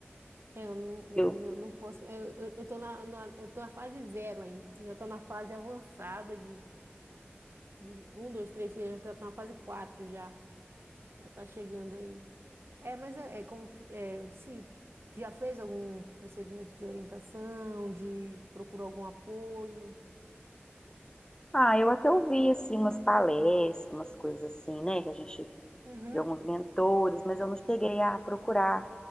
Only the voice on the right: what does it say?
É, eu não,
eu- eu não posso. Eu, eu, eu tô na, na- eu tô na fase zero ainda. Tu já tá na fase avançada de de um, dois, três, tu já tá na fase quatro já. Já tá chegando aí. É, mas é, é como tu- é, se tu já fez algum procedimento de orientação, de procurou algum apoio.
Uhum.